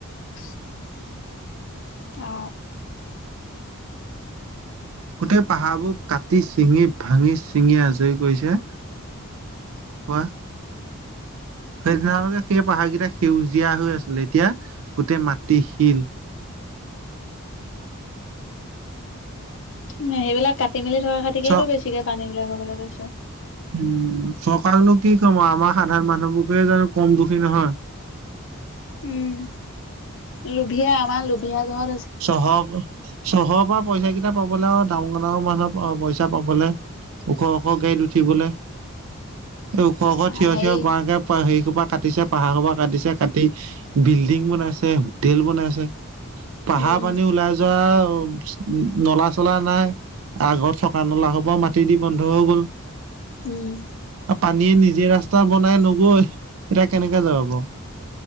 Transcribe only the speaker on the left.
<inaudible> অ।
উ সেইবিলাক কাটি মেলি থকা খতিকেইতো
বেছিকে পানী বিলাক হ'বলে পাইছে।
উম। লোভিয়া আমাৰ লোভিয়া জহত
আমাৰ
হেৰি
উম,
উম।